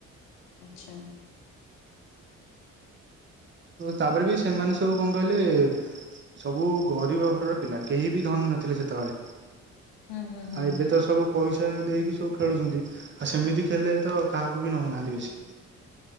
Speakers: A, on the left; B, on the right.
A: ଆଚ୍ଛା।
B: ତାପରେ ବି ସେମାନେ ସବୁ କଣ କହିଲେ ସବୁ ଗରିବ ଘରର ପିଲା କେହି ବି ଧନୀ ନଥିଲେ ସେତେବେଳେ
A: ହୁଁ ହୁଁ ହୁଁ
B: ଆଉ ଏବେ
A: ହୁଁ।
B: ତ ସବୁ ପଇସା ଦେଇକି ସବୁ ଖେଳୁଛନ୍ତି ଆଉ ସେମିତି ଖେଳିଲେ ତ କାହାକୁ ବି ନଉନାହାନ୍ତି ବେଶୀ।